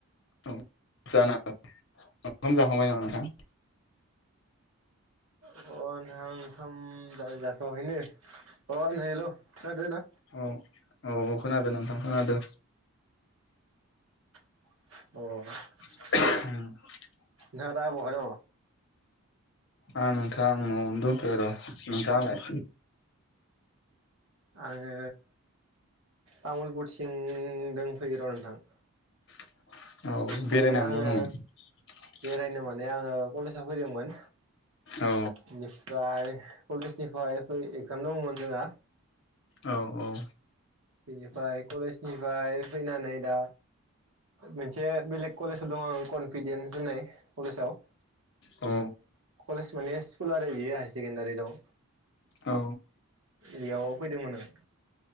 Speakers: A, on the left; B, on the right.
A: औ जानो हागौ ओंखाम जाखांबाय नामा नोंथां।
B: अ' नोंथां ओंखाम जा जाथ'आखौनो अ' नै हेल' खोनादोना
A: औ औ खोनादों नोंथां खोनादो।
B: अ'
A: <unintelligible>
B: नोंथांआ दा ब'हा दं
A: आ नोंथां न'आवनो दंथ' र' नोंथाङालाय?
B: आङो तामुलपुरथिं दोंफैयो र' नोंथां।
A: <unintelligible> औ
B: माने
A: बेरायनो हांदोंमोन
B: आङो
A: नामा।
B: बेरायनो माने माने आङो कलेजाव फैदोंमोन
A: औ
B: बेनिफ्राय कलेजनिफ्राय एगजाम दङमोन जोंहा
A: औ औ।
B: बेनिफ्राय कलेज निफ्राय फैनानै दा। मोनसे बेलेग कलेजाव दङ आं कनफिडेन्स होननाय कलेजाव।
A: औ।
B: कलेज माने सकुला। बियो हायार सेकेण्डारि दं।
A: औ
B: बेयाव फैदोंमोन आं।